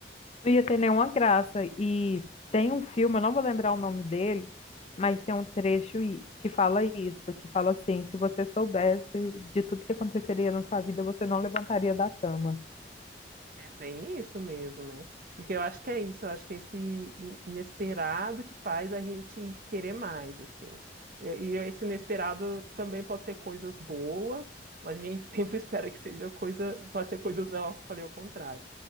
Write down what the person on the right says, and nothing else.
É bem isso mesmo, né? Porque eu acho que é isso, eu acho que é esse in- inesperado que faz a gente querer mais, assim. E e esse inesperado também pode ser coisas boas, mas a gente <laughs> sempre espera que seja coisa, pode ser coisas, ó, falei o contrário.